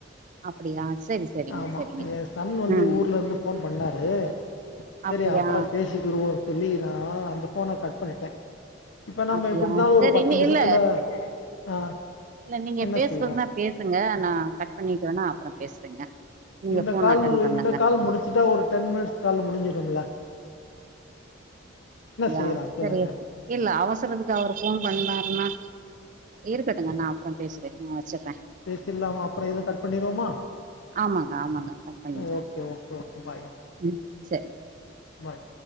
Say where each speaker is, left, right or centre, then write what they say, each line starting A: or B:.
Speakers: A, on the right; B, on the left.
A: அப்படியா? சரி, சரிங்க,
B: ஆமா
A: சரிங்க.
B: எ சன் வந்து
A: ம்.
B: ஊர்ல இருந்து போன் பண்ணாரு
A: அப்படியா?
B: சரி அப்புறோ பேசிக்கிருவோ சொல்லி நா அந்த போன கட் பண்ணிட்ட இப்ப நம்ம
A: அப்படியா?
B: எப்டி இருந்தாலு
A: சரி
B: ஒரு பத்து
A: இனி
B: நிமிஷத்துல
A: இல்ல,
B: ஆ
A: இல்ல நீங்க
B: என்ன
A: பேசுறதுனா
B: செய்வோ
A: பேசுங்க நா கட் பண்ணிக்கிறே ஆனா அப்புறோ பேசுறேங்க நீங்க
B: இந்த
A: ஃபோன்
B: கால்
A: அட்டெண்ட் பண்ணுங்க.
B: இந்த கால் முடிச்சுட்டா ஒரு டென் மினிட்ஸ் கால் முடிஞ்சுடோம்மில்ல
A: யா
B: செய்யலா சொல்லுங்க
A: செரி இல்ல அவசரத்துக்கு அவரு ஃபோன் பண்ணாருன்னா இருக்கட்டுங்க நா அப்புறோ பேசுறே வச்சுட்றே
B: பேசில்லாமா அப்புறோ இத கட் பண்ணிருவோமா
A: ஆமாங்க ஆமாங்க கட் பண்ணிட்றே
B: ஓகே ஓகே ஓகே பாய்
A: ம் சரி
B: பாய்